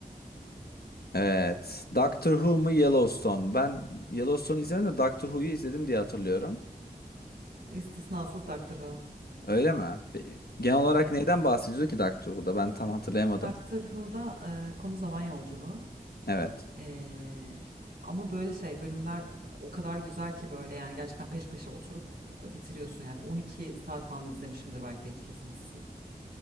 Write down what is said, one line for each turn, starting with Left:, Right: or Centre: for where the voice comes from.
Left: Evet. Doctor Who mu Yellowstone? mu? Ben Yellowstone'u izlemedim de Doctor Who'yu izledim diye hatırlıyorum.
Right: İstisnasız Doctor Who.
Left: Öyle mi? Be- Genel olarak
Right: Evet.
Left: neyden bahsediyordu ki Doctor Who'da? Ben tam hatırlayamadım.
Right: Doctor Who'da e, konu zaman yolculuğu.
Left: Evet.
Right: Ee, ama böyle şey bölümler o kadar güzel ki böyle yani gerçekten peş peşe oturup e, bitiriyorsun yani 12 saat falan izlemişimdir belki de hiç kesintisiz.